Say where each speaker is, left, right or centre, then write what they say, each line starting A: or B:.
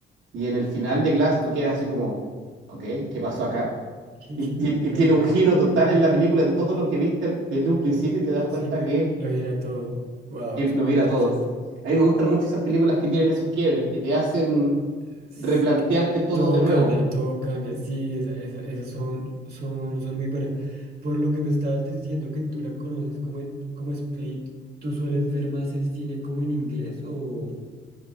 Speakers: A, on the right; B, on the right.
A: Y en el final de Glass tú quedas así como, ok, ¿qué pasó acá?
B: <laughs> ¿Qué,
A: Y,
B: qué?
A: y-
B: Me
A: y
B: perdí.
A: tiene un giro
B: <laughs>
A: total
B: Al
A: en la película, en todo lo que viste desde un principio y te das cuenta
B: principio
A: que
B: lo gira todo. Wow,
A: que lo
B: súper
A: viera
B: interesante.
A: todo. A mí me gustan mucho esas películas que tienen esos quiebres, que te hacen
B: es
A: replantearte
B: que
A: todo
B: todo
A: de nuevo.
B: cambia, todo cambia. Sí, esa- esa- esas son, son, son muy buenas. Por lo que me estabas diciendo que tú la conoces como, e- como Split, ¿tú sueles ver más el cine como en inglés o,